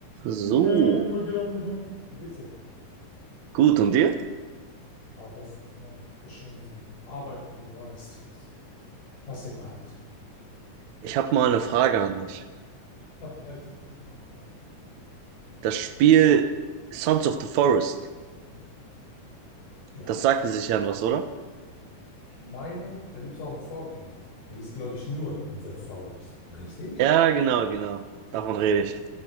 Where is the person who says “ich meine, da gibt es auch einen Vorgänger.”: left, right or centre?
Left